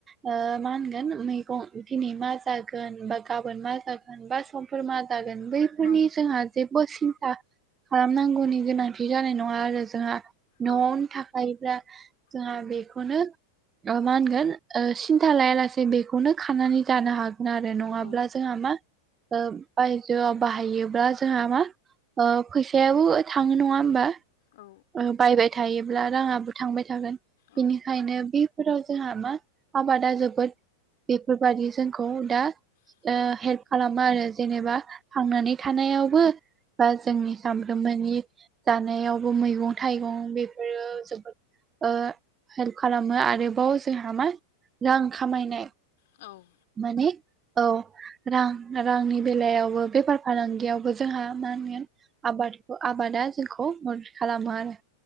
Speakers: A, on the right; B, on the left.
A: ओ मा होनगोन मैगं दिनै मा जागोन? बा गाबोन मा जागोन? बा समफोर मा जागोन? बैफोरनि
B: औ
A: जोंहा जेबो सिन्था खालामनांगौनि गोनांथि जानाय नङा आरो जोंहा। न'आवनो
B: औ
A: थाखायोब्ला जोंहा
B: औ
A: बे बेखौनो मा होनगोन? ओ सिन्था लाया लासे बेखौनो खानानै जानो हागोन। आरो नङाब्ला
B: औ
A: जोंहा मा? ओ बायजोआव बाहायोब्ला जोंहा मा? ओ फैसायाबो थाङो नङा होमबा?
B: औ
A: बायबाय थायोब्ला राङाबो थांबाय थागोन।
B: औ
A: बिनिखायनो बे फोराव जोंहा मा आबादा जोबोद बेफोरबायदि जोंखौ दा
B: औ
A: ओ हेल्प खालामो आरो जेनेबा थांनानै थानायावबो बा जोंनि सानफ्रोमबोनि जानायावबो मैगं थाइगं बेफोरो जोबोद ओ हेल्प खालामो आरोबाव जोंहा मा? रां खामायनाय
B: औ।
A: माने औ रां रांनि बेलायावबो बेफार फालांगियावबो जोंहा मा होनगोन आबादखौ आबादा जोंखौ मदद खालामो आरो।